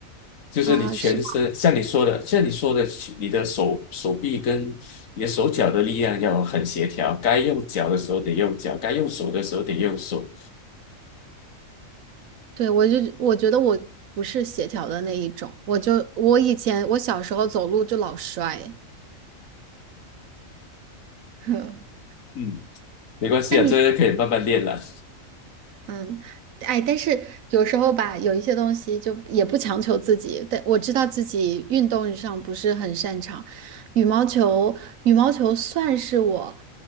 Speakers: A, on the left; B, on the right.
A: 就是你全身，
B: 啊，是吧？
A: 像你说的，像你说的，你的手手臂跟你的手脚的力量要很协调，该用脚的时候得用脚，该用手的时候得用手。
B: 对，我就我觉得我不是协调的那一种，我就我以前我小时候走路就老摔，<laughs>
A: 嗯，没关系啊，
B: 那你？
A: 这个可以慢慢练了。那
B: 嗯，哎，但是有时候吧，有一些东西就也不强求自己。但我知道自己运动上不是很擅长，羽毛球，羽毛球算是我